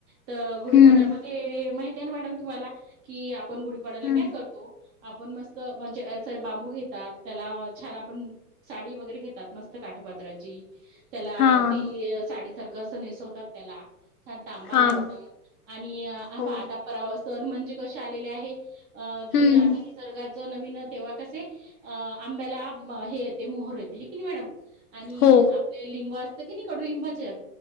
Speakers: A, on the right; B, on the left.
A: तर गुढीपाडव्या
B: हं,
A: मध्ये माहित आहे ना मॅडम तुम्हाला? कि आपण गुढीपाडव्याला
B: हं.
A: काय करतो आपण मस्त म्हणजे अस बांबू घेतात. त्याला छान आपण साडी वगैरे घेतात मस्त काठापात्राची त्याला
B: हां,
A: ती साडी सारख कस नेसवतात त्याला छान ताबा
B: हां.
A: लावतात आणि आता
B: हो.
A: परवा सण म्हणजे कसे आलेले आहे अ की
B: हं.
A: आता निसर्गात च नवीन तेव्हा कसे अ आंब्याला हे येते मोहर येते की नाही मॅडम. आणि
B: हो.
A: आपले लिंब असत की नाही कडुलिंबाचे